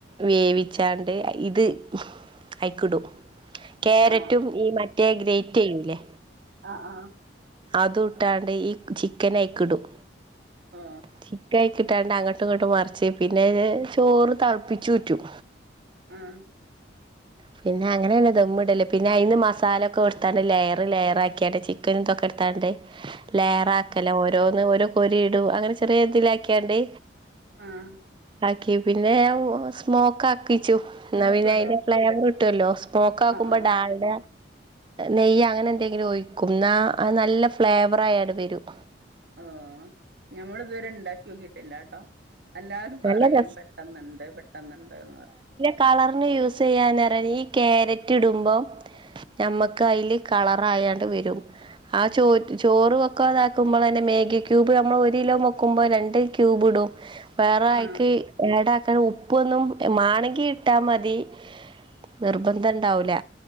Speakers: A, on the right; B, on the right.
A: വേവിച്ചാണ്ട് എ ഇത് അയിക്ക്ടും. കേരറ്റും
B: ആ
A: ഈ മറ്റേ ഗ്രേറ്റെയ്യൂലേ
B: ആഹ്, ആഹ്.
A: അതൂട്ടാണ്ട് ഈ ചിക്കനയ്ക്ക്ടും.
B: ഓ
A: ചിക്കയ്ക്കിട്ടാണ്ട് അങ്ങ ങ്ങട്ടുംങ്ങട്ടും മർച്ചി പിന്നെ ചോറ് തൾപ്പിച്ചൂറ്റും.
B: ആഹ്.
A: പിന്നെ അങ്ങനെന്നെ ദമ്മ്ടല്. പിന്നെ അയ്ന്ന് മസാലൊക്കൊട്ത്താണ്ട് ലെയറ് ലെയറാക്കിയാട്ട് ചിക്കനുംതൊക്കെട്ത്താണ്ട് ലേയറാക്കല
B: ആ
A: ഓരോന്ന് ഓരോ കൊരിയിടും അങ്ങനെ ചെറിയതിലാക്ക്യാണ്ട്
B: ആഹ്.
A: ആക്കി പിന്നേ ഞാൻ സ്മോക്കാക്കിച്ചും.
B: സ്മോക്ക്
A: ന്നാപിന്നെ
B: ഇടോ
A: അയ്ന്റെ ഫ്ലേവറ്ട്ടോല്ലോ. തോക്കാക്കുമ്പോ
B: ആ ആ
A: ഡാൾഡ നെയ്യ് അങ്ങനെന്തെങ്കിലും ഒയിക്കും. ന്നാ നല്ല ഫ്ലേവറായാണ്ട് വെരും.
B: ആഹ്. ഞമ്മള്തുവരെണ്ടാക്ക്യോക്കിട്ടില്ല ട്ടോ. എല്ലാരും
A: നല്ല
B: പറയും
A: രസ
B: പെട്ടെന്ന്‌ണ്ട്, പെട്ടെന്ന്ണ്ട് ന്ന് പറ
A: കളർന് യൂസെയ്യാനറ ഈ കേരറ്റ്ടുമ്പോ ഞമ്മക്കയില് കളറായാണ്ട് വെരും. ആ ചോ ചോറ് വെക്കാതാക്കുമ്പളന്നെ മേഗി ക്യൂബ് അമ്മ ഒരിലോ വൊക്കുമ്പോ രണ്ട് ക്യൂബ്ടും. വേറെ
B: ആ
A: ഐക്ക് ഏടാക്കാൻ ഉ പ്പൊന്നും എ മാണങ്കി ഇട്ടാ മതീ നിർബന്ധണ്ടാവൂല